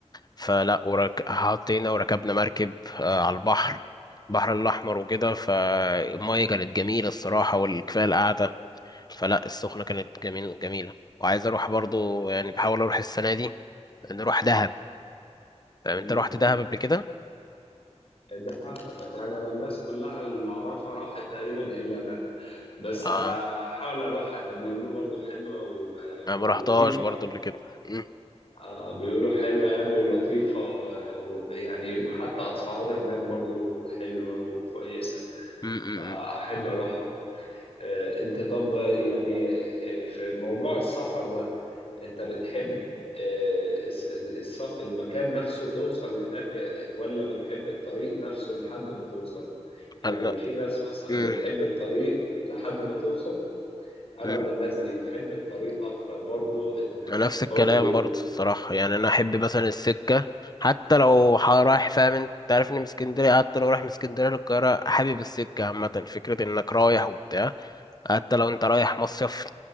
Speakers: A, on the left; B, on the left.
A: فلا ورك... حطينا وركبنا مركب آه على البحر البحر الأحمر وكده فالمية كانت جميلة الصراحة والكفاية القعدة فلا السخنة كانت جميل جميلة وعايز أروح برضو يعني بحاول أروح السنة دي نروح دهب فاهم
B: امم
A: أنت رحت دهب قبل كده؟
B: دهب يعني انا الناس كلها اللي اعرفها راحت تقريبا الا انا بس
A: آه
B: هحاول اروحها يعني بيقولوا برضو حلوه و-
A: أنا ما
B: ولطيفه
A: رحتهاش برضو قبل كده م-
B: آه، بيقولوا حلوه يعني ولطيفه آه، و- يعني وحتى اسعار هناك برضو حلوه وكويسه
A: م-
B: فاحب
A: م- م.
B: اروحها آه، انت طب يعني آه، في موضوع السفر ده انت بتحب آه، الس- الس- المكان نفسه توصل هناك آه، ولا بتحب الطريق نفسه لحد ما توصل يعني
A: أنا
B: في ناس مثلا
A: مم.
B: بتحب الطريق لحد ما توصل انا
A: مم.
B: من الناس دي بحب الطريق اكتر برضو ان آه،
A: أنا نفس
B: برضو
A: الكلام برضه الصراحة يعني أنا أحب مثلا السكة حتى لو ح- رايح فاهم أنت أنت عارفني من اسكندرية حتى لو رايح من اسكندرية للقاهرة حابب السكة عامة فكرة إنك رايح وبتاع حتى لو أنت رايح مصيف